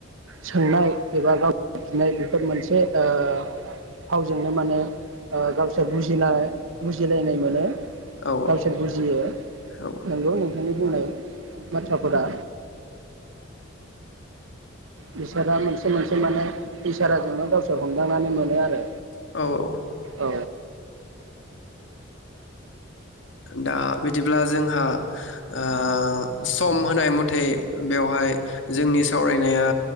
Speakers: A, on the right (about 80°); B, on the left (about 70°).
A: सोंनाय एबा गाव बिनाय बेफोर मोनसे ओ फावजोंनो माने ओ गावसोर बुजिनाय बुजिलायनाय मोनो।
B: औ
A: गावसोर बुजियो
B: औ
A: नंगौ नोंथांनि बुंनाय बाथ्राफोरा बिसोरा मोनसे मोनसे माने इसोराजोंनो गावसोर हमदांनानै मोनो आरो।
B: औ औ
A: औ।
B: दा बिदिब्ला जोंहा ओ सम होनाय मथे बेवहाय जोंनि सावरायनाया